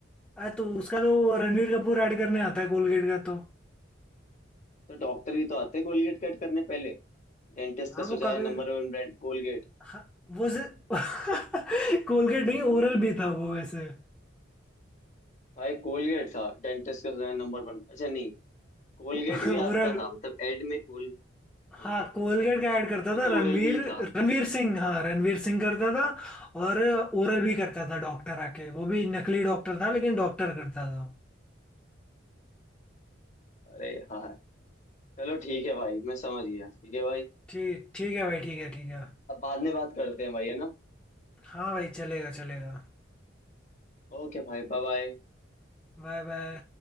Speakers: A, in the centre; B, on the left.
A: अरे तो उसका तो वो रणवीर कपूर ऐड करने आता है कोलगेट का तो
B: तो डॉक्टर भी तो आते कोलगेट कट करने पहले डेंटिस्ट
A: हाँ
B: का
A: वो
B: सुझाया
A: कभी
B: नंबर वन ब्रांड कोलगेट
A: हाँ, वो से <laughs> कोलगेट नहीं ओरल भी था वो वैसे
B: भाई कोलगेट था डेंटिस्ट का सुझाया नंबर वन अच्छा नहीं कोलगेट
A: <laughs>
B: भी
A: ओरल
B: आता था मतलब एड में कोल
A: हाँ
B: हाँ
A: कोलगेट का ऐड करता
B: वो
A: था
B: तो
A: रणवीर
B: ओरल भी था
A: रणवीर सिंह हाँ रणवीर सिंह करता था और ओरल भी करता था डॉक्टर आके वो भी नकली डॉक्टर था लेकिन डॉक्टर करता था
B: अरे हाँ चलो ठीक है भाई मैं समझ गया ठीक है भाई
A: ठीक ठीक है भाई ठीक है ठीक है
B: अब बाद में बात करते हैं भाई है ना
A: हाँ भाई चलेगा चलेगा
B: ओके भाई बाय बाय
A: Bye bye